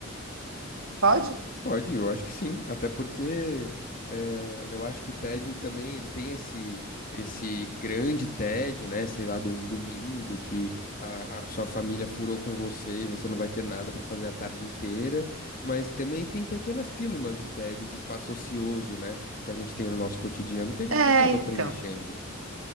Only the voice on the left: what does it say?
Pode, eu acho que sim, até porque eh, eu acho que o tédio também ele tem esse esse grande tédio, né? Sei lá, de um domingo que a, a sua família furou com você e você não vai ter nada para fazer a tarde inteira, mas também tem pequenas pílulas de tédio, de espaço ocioso, né? Que a gente tem no nosso cotidiano que a gente
acaba preenchendo.